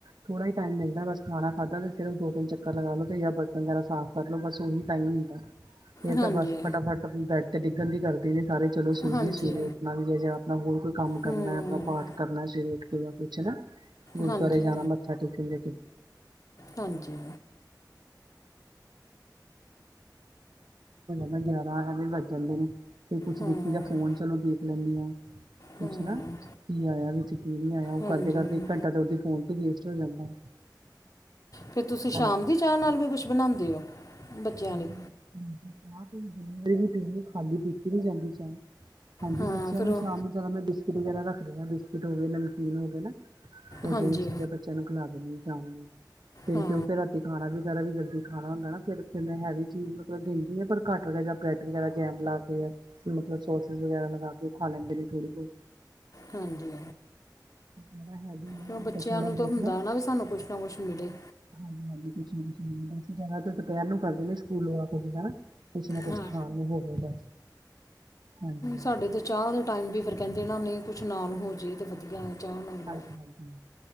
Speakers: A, on the right; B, on the left.
A: ਥਿੜਾ ਹੀ ਟਾਈਮ ਮਿਲਦਾ ਬਸ ਖਾਣਾ ਖਾਧਾ ਤੇ ਸਿਰਫ਼ ਦੋ ਤਿੰਨ ਚੱਕ ਲਗਾ ਲੋ ਜਾਂ ਕਮਰਾ ਸਾਫ਼ ਕਰਲੋ ਬਸ ਉਹੀ ਟਾਈਮ ਹੁੰਦਾ ਫੇਰ
B: ਹਾਂਜੀ
A: ਤਾਂ ਬਸ ਫਟਾਫਟ ਬੈਡ ਤੇ ਡਿੱਗਣ ਦੀ ਕਰ ਨੇ ਸਾਰੇ ਚਲੋ ਸੋਹੀਈਏ
B: ਹਾਂਜੀ
A: ਸਵੇਰੇ ਉੱਠਣਾ ਵੀ ਐ ਜਾਂ ਆਪਣਾ ਹੋਰ ਕੋਈ ਕੰਮ
B: ਹੂੰ
A: ਕਰਨਾ ਆਪਣਾ ਪਾਠ ਕਰਨਾ ਸਵੇਰੇ ਉੱਠ ਕੇ ਕੁਛ ਨਾ ਗੁਰਦੁਆਰੇ
B: ਹਾਂਜੀ
A: ਜਾਣਾ ਮੱਥਾ ਟੇਕਣ ਲਈ
B: ਹਾਂਜੀ
A: <unintelligible> <unintelligible> ਵੀ ਵੱਜ ਜਾਂਦੇ ਨੇ ਫ ਕੁਛ
B: ਹੂੰ
A: ਦੇਖੀ ਤਾਂ ਫੋਨ ਚਲੋ ਦੇਖ ਲੈਂਦੀ ਹਾਂ ਕੁਛ
B: ਹੂੰ
A: ਨਾ ਕੀ ਆਇਆ ਵਿੱਚ ਕੀ ਨਹੀਂ ਆਇਆ ਉਹ
B: ਹਾਂਜੀ
A: ਕਰਦੇ ਕਰਦੇ ਇੱਕ ਘੰਟਾ ਤੇ ਉਹਦੇ ਫੋਨ ਤੇ ਵੇਸਟ ਹੋ ਜਾਂਦਾ।
B: ਫੇਰ ਤੁਸੀਂ ਸ਼ਾਮ
A: ਹਾਂਜੀ
B: ਦੀ ਚਾਹ ਨਾਲ ਵੀ ਕੁਝ ਬਣਾਂਦੇ ਹੋ? ਬੱਚਿਆਂ
A: ਹਾਂਜੀ,
B: ਲਈ
A: ਹਾ ਚਾਹ ਤੇ ਜਿੰਨੀ ਵਾਰੀ ਵੀ ਪੀਣੀ ਖਾਲੀ ਪੀਤੀ ਨੀ ਜਾਂਦੀ ਚਾਹ। ਹਾਂਜੀ
B: ਹਾਂ
A: ਬੱਚਿਆਂ
B: ਫਿਰ
A: ਨੂੰ
B: ਉਹ
A: ਸ਼ਾਮ ਨੂੰ ਜ਼ਿਆਦਾ ਮੈਂ ਬਿਸਕੁਟ ਵਗੈਰਾ ਰੱਖਦੀ ਹਾਂ ਬਿਸਕਿਟ ਹੋਵੇ ਨਮਕੀਨ ਹੋਵੇ ਨਾ। ਇਦਾਂ
B: ਹਾਂਜੀ
A: ਹੀ ਚੀਜ਼ਾਂ ਬੱਚਿਆਂ ਨੂੰ ਖਿਲਾ ਦਿੰਣੀ ਆ ਸ਼ਾਮ ਨੂੰ ਫਰ
B: ਹਾਂ
A: ਕਿਉਂ ਫਿਰ ਰਾ ਖਾਣਾ ਵਗੈਰਾ ਵੀ ਜਲਦੀ ਖਾਣਾ ਹੁੰਦਾ ਨਾ ਫੇਰ ਤੇ ਮੈਂ ਹੈਵੀ ਚੀਜ਼ ਮਤਲਬ ਦਿੰਦੀ ਆਂ ਪਰ ਘੱਟ ਜਾਂ ਬ੍ਰੈਡ ਵਗੈਰਾ ਜੈਮ ਲਾ ਕੇ ਮਤਲਬ ਸੋਸ ਵਗੈਰਾ ਲਗਾ ਕੇ ਉਹ ਖਾ ਲੈਂਦੇ ਰ ਥੋੜ੍ਹੀ ਬਹੁਤ
B: ਹਾਂਜੀ
A: ਜਾਦਾ ਹੈਵੀ ਨੀ,
B: ਫਿਰ ਉਹ ਬੱਚਿਆਂ
A: ਥੋੜਾ
B: ਨੂੰ
A: ਬਹੁਤ
B: ਤਾਂ ਹੁੰਦਾ
A: ਨਾ
B: ਵੀ ਸਾਨੂੰ ਕੁਝ ਨਾ ਕੁਝ ਮਿਲੇ
A: ਹਾਂਜੀ-ਹਾਂਜੀ, ਕੁਛ ਨੀ ਕੁ ਨ ਜ਼ਿਆਦਾ ਦੁਪਹਿਰ ਨੂੰ ਕਰਦੇ ਨੇ ਸਕੂਲ ਆ ਕੇ ਜਿੰਦਾ ਨਾ। ਕੁਛ ਨਾ ਕੁਛ
B: ਹਾਂ
A: ਖਾਣ ਨੂੰ ਹੋਵੇ ਬਸ ਹਾਂਜੀ
B: ਸਾਡੇ ਤਾਂ ਚਾਹ ਦੇ ਟਾਈਮ ਵੀ ਫੇਰ ਕਹਿੰਦੇ ਇਹ ਨਾ ਨਹੀਂ ਕੁਛ ਨਾਲ ਹੋ ਜੇ ਤੇ ਵਧੀਆ ਚਾਹ ਨਾਲ
A: ਹਾਂਜੀ-ਹਾਂਜੀ
B: ਵੀ